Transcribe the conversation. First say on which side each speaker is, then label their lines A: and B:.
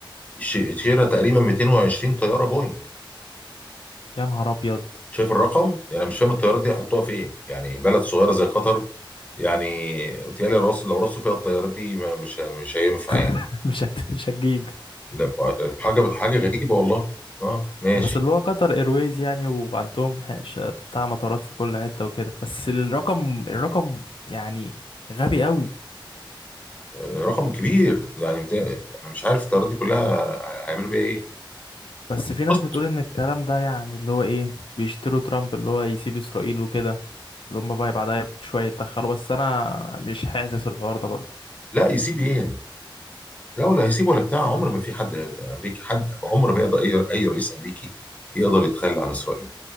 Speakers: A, on the left; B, on the left.
A: ش- شراء تقريبا 220 طياره بوينج
B: يا نهار ابيض
A: شايف الرقم يعني أنا مش فاهم الطيارات دي هيحطوها فين يعني بلد صغيره زي قطر يعني متهيألي رص لو رصوا فيها الطيارات دي ما- مش مش هينفع يعني.
B: <laughs> مش هت... مش هتجيب
A: لا حاجه حاجه غريبه والله اه ماشي
B: بس اللي هو قطر ايرويز يعني وعندهم ح- ش- بتاع مطارات في كل حتة وكده بس الرقم الرقم يعني غبي قوي
A: رقم كبير يعني بتا- انا مش عارف الطيارات دي كلها هيعملوا بيها ايه
B: بس في ناس
A: بص
B: بتقول ان الكلام ده يعني اللي هو ايه بيشتروا ترامب اللي هو يسيب اسرائيل وكده اللي هم بقى بعدها بشوية يتدخلوا بس انا مش حاسس الحوار ده برضه
A: لا يسيب ايه لا ولا هيسيب ولا بتاع عمر ما في حد امريكي حد عمر ما يقدر اي اي رئيس امريكي يقدر يتخلى عن اسرائيل